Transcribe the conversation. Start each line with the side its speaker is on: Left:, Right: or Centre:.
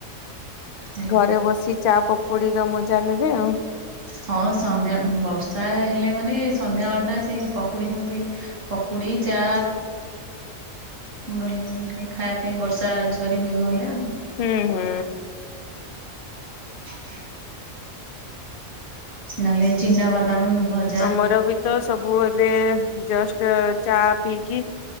Right: ଆଜ୍ଞା।
Left: ଘରେ ବସି ଚା ପକୋଡିର ମଜା ନେବେ ଆଉ।
Right: ହଁ ସନ୍ଧ୍ୟା ବର୍ଷା ହେଲେ ମାନେ ସନ୍ଧ୍ୟାବେଳଟା ସେ ପକୁଡ଼ି ଫକୁଡ଼ି ପକୁଡି ଚା ଭଲ ଲାଗେ ଟିକେ ଖାଇବା ପାଇଁ ବର୍ଷା ଝରି ମେଘ ହେଲେ ଆଉ।
Left: ହୁଁ ହୁଁ।
Right: ହ <unintelligible> ନହେଲେ ଚିନାବାଦାମ ଭଜ
Left: ଆମର ବି ତ ସବୁ ଏବେ ଜଷ୍ଟ ଚା ପିଇକି